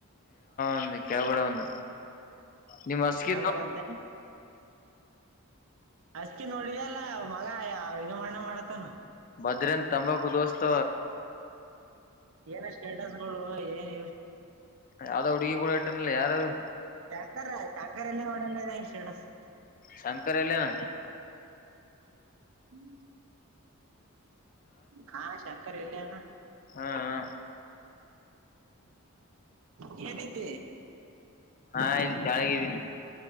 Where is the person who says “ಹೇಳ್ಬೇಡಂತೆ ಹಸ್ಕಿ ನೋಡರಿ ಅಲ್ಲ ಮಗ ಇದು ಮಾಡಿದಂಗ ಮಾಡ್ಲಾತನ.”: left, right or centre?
Right